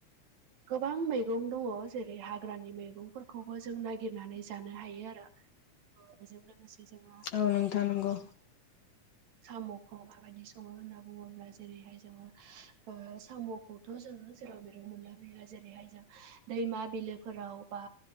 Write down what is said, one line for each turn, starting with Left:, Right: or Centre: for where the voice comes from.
Right: गोबां मैगं दङ जेरै हाग्रानि मैगंफोरखौबो जों नागिरनानै जानो हायो आरो ओ बेजों लोगोसे जोंहा
Left: औ नोंथां नंगौ
Right: साम'खौ माबायदि सङो होनना बुङोब्ला जेरैहाय जोङो ओ साम'खौथ' जोङो जेराव मेराव मोनला जेरैहाय जों दैमा बिलोफोराव बा